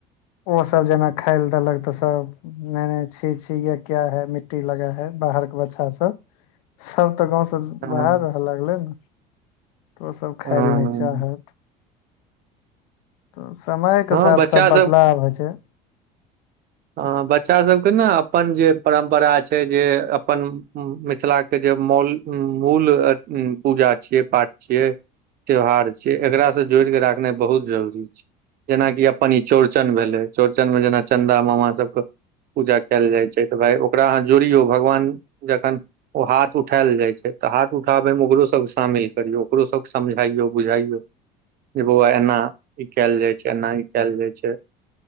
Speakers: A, on the left; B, on the right.
A: ओ सभ जेना खाय लए देलक तऽ सभ नहि नहि छी छी यह क्या है मिट्टी लगा है बाहर के बच्चा और सभ सभ तऽ गाँव सऽ
B: हँ
A: बाहर रहऽ लगले ने ओ सब खाय
B: हँ
A: लऽ नै चाहे <inaudible> तऽ समय
B: हँ
A: केँ साथ
B: बच्चा
A: सब बदलाव होइ छै
B: हँ बच्चा सब कऽ न अपन जे परम्परा छै जे अपन मिथिला केँ जे मौल हु मूल आ पूजा छियै पाठ छियै। त्यौहार छिय एकरा सऽ जोड़ कऽ राखनाइ बहुत जरूरी छै। जेनाकि अपन ई चौड़चन भेलै चौड़चन में जेना चन्दा मामा सब कऽ पूजा कैल जाइ छै तऽ भाय ओकरा अहाँ जोड़ियौ भगवान जखन ओ हाथ उठायल जाइ छै तऽ हाथ उठाबै मे ओकरो सब शामिल करियौ ओकरो सबके समझइयो-बुझाइयो जे बौआ एना ई कैल जाय छै एना ई कैल जाय छै।